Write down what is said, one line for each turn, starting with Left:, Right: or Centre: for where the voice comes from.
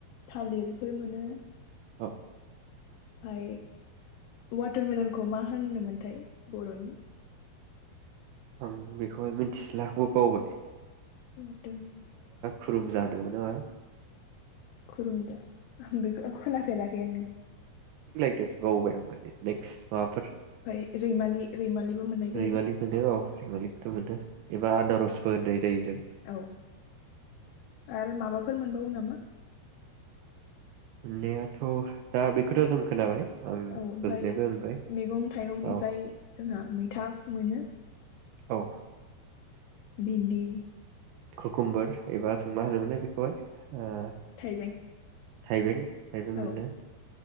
Left: थालिरफोर मोनो।
Right: औ
Left: ओमफाय वाटारमेलनखौ मा होनो मोनथाय बर'नि
Right: आं बेखौहाय मिथिला आंबो बावबाय।
Left: <inaudible>
Right: खुरुमजा होनोमोन नामा।
Left: खुरुम दा आं बेखौ खोनाफेराखै आङो।
Right: दे बावबाय होमबा दे नेक्स्ट माबाफोर
Left: ओमफाय रैमालि रैमालिबो मोननाय जायो
Right: रैमालि
Left: ओमफाय
Right: मोनो औ रैमालिखौथ' मोनो एबा आनारसबो होननाय जायो जों
Left: औ आरो माबाफोर मोनबावो नामा?
Right: मोननायाथ' दा बेखौथ' जों खोनाबाय आं
Left: औ ओमफाय
Right: गोजोननायबो मोनबाय
Left: मैगं थाइगंनिफ्राय
Right: औ
Left: जोंहा मैथा मोनो।
Right: औ
Left: भिन्दि,
Right: कुकोमबोर एबा जों मा होनोमोनो बेखौहाय ओ
Left: थाइबें।
Right: थाइबें थायबें मोनो।
Left: औ